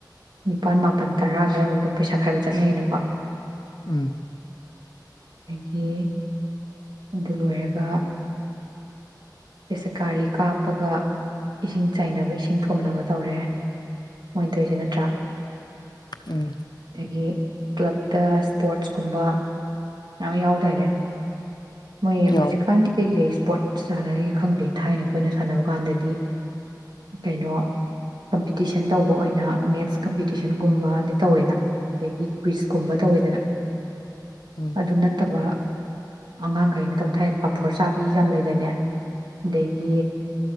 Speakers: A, on the right; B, on the left.
A: ꯅꯤꯄꯥꯜ ꯃꯥꯄꯜ ꯇꯔꯥ ꯑꯗꯨꯋꯥꯏꯐꯥꯎ ꯑꯗꯨꯝ ꯄꯩꯁꯥ ꯈꯥꯏꯕ ꯆꯠꯅꯩꯅꯀꯣ
B: ꯎꯝ
A: ꯑꯗꯒꯤ ꯑꯗꯨ ꯂꯣꯏꯔꯒ ꯄꯦꯁꯀꯥꯔꯤ ꯀꯥꯞꯄꯒ ꯏꯁꯤꯡ ꯆꯥꯏꯅꯕ ꯏꯁꯤꯡ ꯊꯣꯅꯕ ꯇꯧꯔꯦ ꯃꯣꯏꯅ ꯇꯩꯁꯦ ꯅꯠꯇ꯭ꯔꯥ
B: ꯎꯝ
A: ꯑꯗꯒꯤ ꯀ꯭ꯂꯞꯇ ꯏꯁꯄꯣꯔꯠꯁ ꯀꯨꯝꯕ ꯃꯌꯥꯝ ꯌꯥꯎꯗꯣꯏꯅꯦ ꯃꯣꯏ
B: ꯌꯥꯎꯋꯤ
A: ꯍꯧꯖꯤꯛꯀꯥꯟꯗꯤ ꯀꯩ-ꯀꯩ ꯏꯁꯄꯣꯔꯠ ꯁꯥꯟꯅꯔꯤ ꯈꯪꯗꯦ ꯊꯥꯏꯅ ꯑꯩꯈꯣꯏꯅ ꯁꯥꯟꯅꯕ ꯀꯥꯟꯗꯗꯤ ꯀꯩꯅꯣ ꯀꯝꯄꯤꯇꯤꯁꯟ ꯇꯧꯕ ꯑꯣꯏꯅ ꯃꯦꯠꯁ ꯀꯝꯄꯤꯇꯤꯁꯟꯒꯨꯝꯕꯗꯤ ꯇꯧꯋꯦꯅ ꯑꯗꯒꯤ ꯀꯨꯏꯤꯁꯀꯨꯝꯕ ꯇꯧꯋꯦꯗꯅ
B: ꯎꯝ
A: ꯑꯗꯨ ꯅꯠꯇꯕ ꯑ ꯀꯩꯅꯣ ꯇꯧꯕ ꯊꯥꯏꯅ ꯄꯥꯐꯣꯔ ꯆꯥꯕꯤ ꯌꯥꯝ ꯂꯩꯗꯅꯦ ꯑꯗꯒꯤ